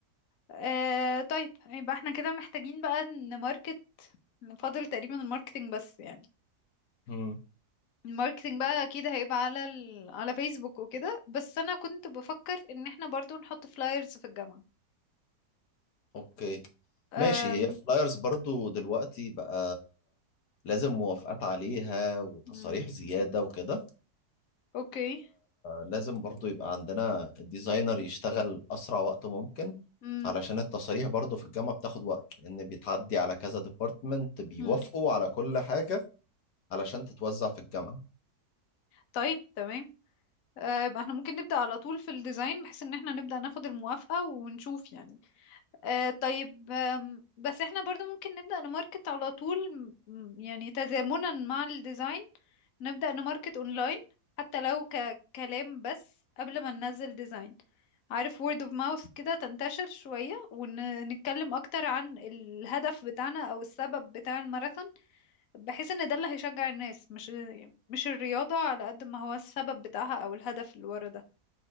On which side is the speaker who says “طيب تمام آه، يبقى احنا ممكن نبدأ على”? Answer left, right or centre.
Left